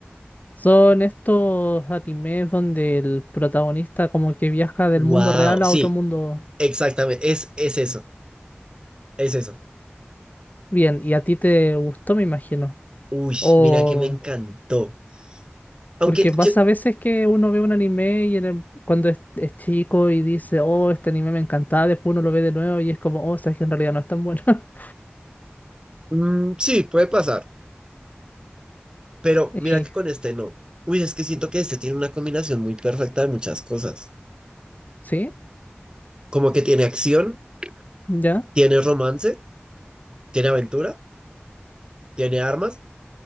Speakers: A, on the left; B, on the right.
A: Son estos animes donde el protagonista como que viaja del
B: Wow,
A: mundo real
B: sí,
A: a otro mundo.
B: exactamente, es, es eso, es eso.
A: Bien, y a ti te gustó, me imagino.
B: Uy,
A: O
B: mira que me encantó. Aunque
A: Porque pasa
B: yo,
A: a veces que uno ve un anime y en el- cuando es, es chico y dice, oh, este anime me encantaba, después uno lo ve de nuevo y es como, oh, sabes que en realidad no es tan bueno. <laughs>
B: mm, sí, puede pasar. Pero
A: Y,
B: mira que con este no. Uy, es que siento que este tiene una combinación muy perfecta de muchas cosas.
A: ¿sí?
B: Como que tiene acción,
A: ¿Ya?
B: tiene romance, tiene aventura, tiene armas,